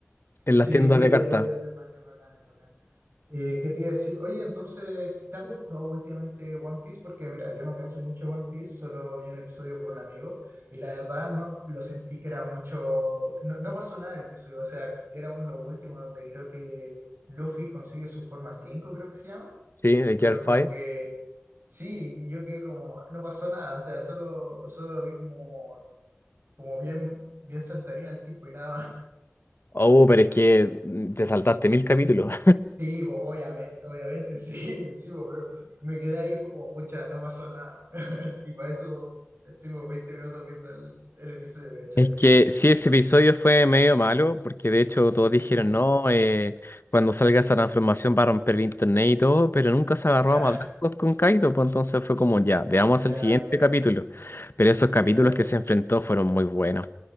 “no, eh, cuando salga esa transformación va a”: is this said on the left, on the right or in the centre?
Left